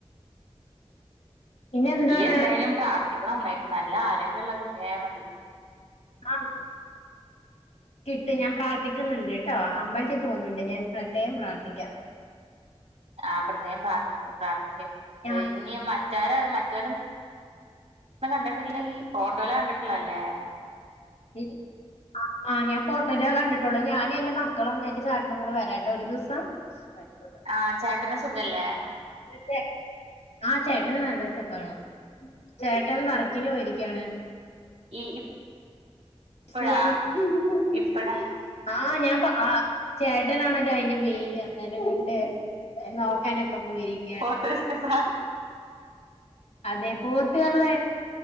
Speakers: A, on the left; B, on the right.
A: പിന്നെ എന്താണ്
B: ഇയ്യ് എന്തായാലും പ്രാർത്ഥിക് നന്നായിട്ട് നല്ല ആരോഗ്യള്ള കുട്ടി ആയാമതി
A: ആഹ് കിട്ടും ഞാൻ പ്രാർത്ഥിക്കുന്നുണ്ട്ട്ടോ അമ്പലത്തിൽ പോകുന്നുണ്ട് ഞാൻ പ്രത്യേകം പ്രാർത്ഥിക്കാം
B: ആ പ്രത്യേകം പ്രാർത്ഥി പ്രാർത്ഥിക്ക്.
A: ഞാ
B: ഇനി മറ്റരെ മറ്റ <inaudible> കണ്ടിട്ടില്ലയി ഫോട്ടോലാ കണ്ടിട്ടുള്ളത് ല്ലേ
A: <unintelligible> ആ ആ ഞാൻ ഫോട്ടോലാ കണ്ടിട്ടുള്ളു ഞാനും എന്റെ മക്കളും എന്റെ ചേട്ടനും കൂടെ വരാട്ടോ ഒരു ദിവസം സ് ആയിക്കോട്ടെ
B: ആഹ് ചേട്ടന് സുഖല്ലേ
A: <unintelligible> ആഹ് ചേട്ടന് നല്ല സുഖാണ് ചേട്ടൻ വർക്കിന് പോയിരിക്കയാണ്
B: <unintelligible> ഇപ്പഴാ
A: <unintelligible>
B: ഇപ്പഴാ
A: <inaudible> ആഹ് ഞാൻ പ ആ ചേട്ടനാണല്ലോ അയിന്റെ മെയ്ന് അത് കൊണ്ട് നോക്കാനൊക്കെ പോയിരിക്ക
B: പോത്ത് <unintelligible>
A: അതെ പോത്തക